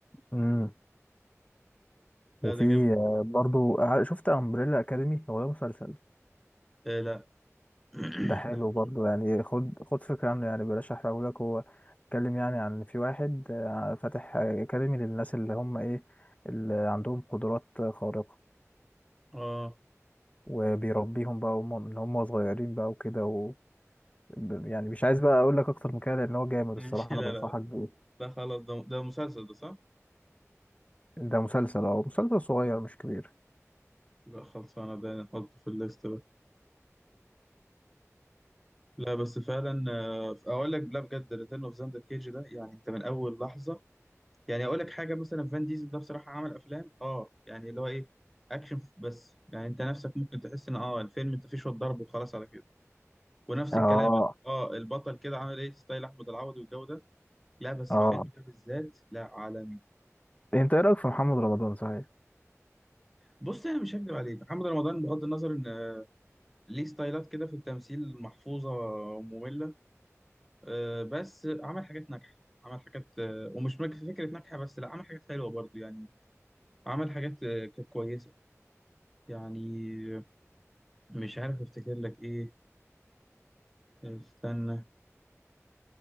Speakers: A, on the left; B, in the centre.
A: امم
B: لا
A: وفي
B: ده جامد
A: آه، برضو ع- شفت امبريلا اكاديمي هو ده مسلسل
B: آه لا <clears throat>
A: ده حلو
B: لا
A: برضو يعني خد خد فكره عنه يعني بلاش احرقهولك هو اتكلم يعني عن في واحد آه، فاتح اكاديمي للناس اللي هم ايه اللي عندهم قدرات خارقه
B: اه
A: وبيربيهم بقى وهم من هم صغيرين بقى وكده و ب- يعني مش عايز بقى اقول لك اكتر من كده لان هو جامد
B: ماشي
A: الصراحه انا
B: لا
A: بنصحك
B: لا
A: بيه
B: لا خلاص ده ده مسلسل ده صح؟
A: ده مسلسل اه مسلسل صغير مش كبير
B: لا خلاص انا ده احطه في الليست ده لا بس فعلا آه، اقول لك لا بجد ريتيرن اوف زاندر كيج ده يعني انت من اول لحظه يعني اقول لك حاجه مثلا فان ديزل ده بصراحه عمل افلام اه يعني اللي هو ايه اكشن بس يعني انت نفسك ممكن تحس ان اه الفيلم انت فيه شويه ضرب وخلاص على كده ونفس
A: اه
B: الكلام اه البطل كده عامل ايه ستايل احمد العوضي والجو ده لا بس
A: اه
B: الفيلم ده بالذات لا عالمي
A: انت ايه رايك في محمد رمضان صحيح
B: بص انا مش هكدب عليك محمد رمضان بغض النظر ان ليه ستايلات كده في التمثيل محفوظه وممله آه، بس عمل حاجات ناجحة عمل حاجات آه، ومش مك- فكرة ناجحة بس لا عمل حاجات حلوة برضو يعني عمل حاجات آه، كانت كويسة يعني آه، مش عارف افتكر لك ايه آه، استنى